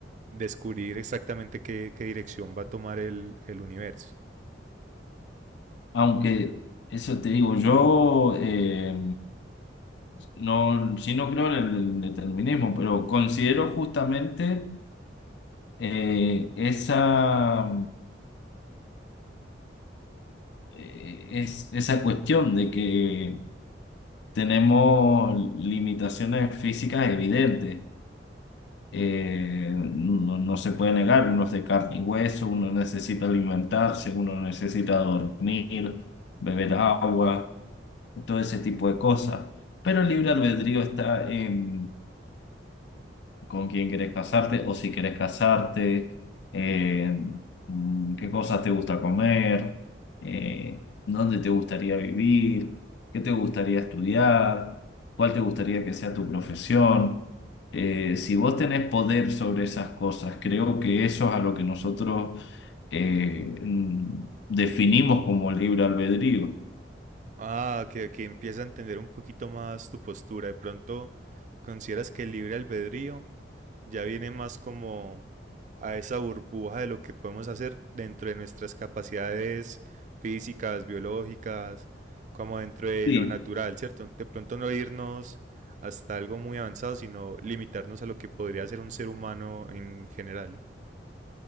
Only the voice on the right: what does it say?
descubrir exactamente qué, qué dirección va a tomar el, el universo.
Ah, que, que empieza a entender un poquito más tu postura. De pronto, ¿consideras que el libre albedrío ya viene más como a esa burbuja de lo que podemos hacer dentro de nuestras capacidades físicas, biológicas, como dentro de
lo natural, ¿cierto? De pronto no irnos hasta algo muy avanzado, sino limitarnos a lo que podría ser un ser humano en general.